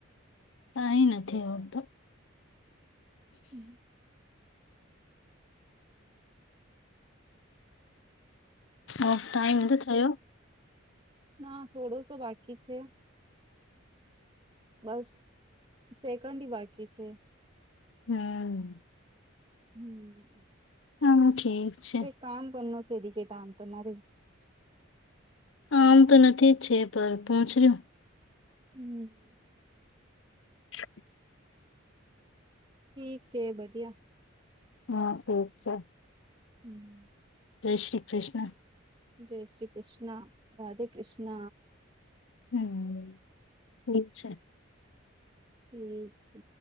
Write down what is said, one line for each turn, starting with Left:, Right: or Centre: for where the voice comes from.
Left: કઈ નથી આવડત
Right: હમ
Left: ઓ ટાઈમ એ તો થયો
Right: ના થોડોસો બાકી છે બસ સેકન્ડ બાકી છે.
Left: હમ
Right: હમ
Left: હા ઠીક છે
Right: એક કામ બ ન છે દ કેતામ તમારે
Left: આમ તો નથી જ છે. પર પહચ્યું.
Right: હમ
Left: <unintelligible>
Right: ઠીક છે. બધિયા
Left: હમ ઠીક છે.
Right: હમ
Left: જય શ્રી કૃષ્ણ.
Right: જય શ્રી કૃષ્ણ, રાધે કૃષ્ણ
Left: હમ અચ્છા
Right: ઠીક છે.